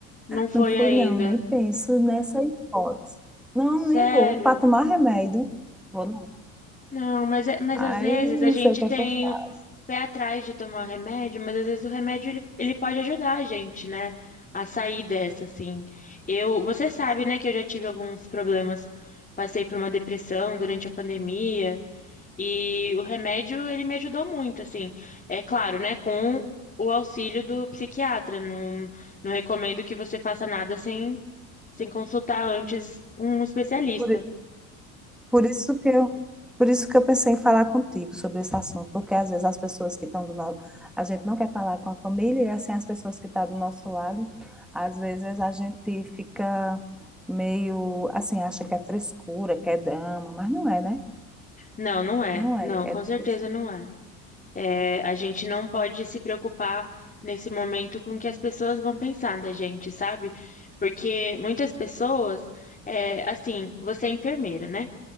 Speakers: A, on the left; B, in the centre.
A: Não foi
B: Não fui,
A: ainda.
B: não, nem penso nessa hipótese. Não,
A: Sério?
B: nem vou. Para tomar remédio, vou não.
A: Não, mas, é- mas
B: Aí
A: às vezes a
B: não
A: gente
B: sei o que
A: tem
B: é que eu faço.
A: o pé atrás de tomar o remédio, mas às vezes o remédio ele, ele pode ajudar a gente, né? A sair dessa, assim. Eu, você sabe, né, que eu já tive alguns problemas. Passei por uma depressão durante a pandemia e o remédio ele me ajudou muito, assim. É claro, né, com o auxílio do psiquiatra. Não, não recomendo que você faça nada sem, sem consultar antes um especialista.
B: Por, i- por isso que eu, por isso que eu pensei em falar contigo sobre esse assunto, porque às vezes as pessoas que estão do nosso, a gente não quer falar com a família e é assim as pessoas que estão do nosso lado, às vezes a gente fica meio assim, acha que é frescura, que é drama, mas não é, né?
A: Não, não é.
B: Não é,
A: Não,
B: é
A: com
B: difícil.
A: certeza não é. É, a gente não pode se preocupar nesse momento com o que as pessoas vão pensar da gente, sabe? Porque muitas pessoas, é, assim, você é enfermeira, né?